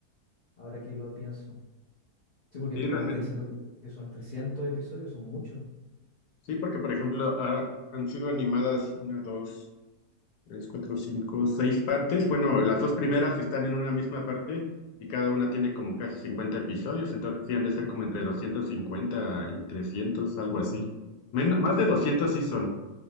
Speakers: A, on the left; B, on the left.
A: ahora que lo pienso. Sí, porque
B: Sí,
A: tú
B: realmente.
A: me estás diciendo que, que son trescientos episodios, son muchos.
B: Sí, porque por ejemplo ha- han sido animadas una, dos, tres, cuatro, cinco, seis partes. Bueno, las dos primeras están en una misma parte y cada una tiene como casi 50 episodios, entonces sí han de ser como entre 250 y 300, algo
A: Mm.
B: así. Men- más de 200 sí son,